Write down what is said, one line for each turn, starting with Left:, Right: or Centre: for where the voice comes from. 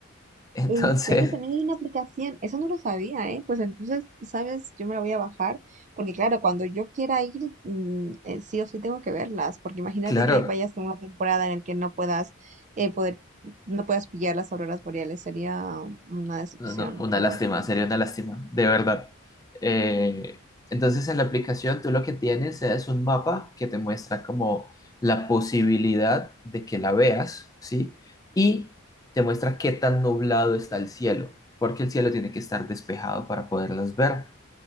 Left: <laughs> Entonces,
Right: ¿en serio? También hay una aplicación. Eso no lo sabía, ¿eh? Pues entonces, ¿sabes? Yo me la voy a bajar. Porque claro, cuando yo quiera ir, mm, eh, sí o sí tengo que verlas. Porque imagínate
Left: Claro,
Right: que vayas a una temporada en la que no puedas eh, poder, no puedas pillar las auroras boreales. Sería una decepción,
Left: no, no, una
Right: ¿no?
Left: lástima, sería una lástima, de verdad. Eh, entonces en la aplicación tú lo que tienes es un mapa que te muestra como la posibilidad de que la veas, ¿sí? Y te muestra qué tan nublado está el cielo, porque el cielo tiene que estar despejado para poderlas ver.